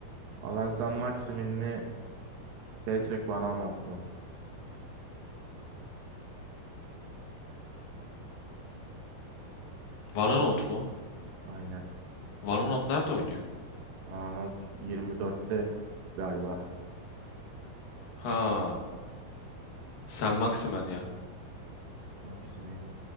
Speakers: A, on the right; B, on the left.
A: Alan San Maximin mi? Patrick Van Aanholt mu?
B: Van Aanholt mu?
A: Aynen.
B: Van Aanholt nerede oynuyor?
A: Van Aanholt 24'te galiba.
B: Ha. Sen Maximen ya.
A: Maximin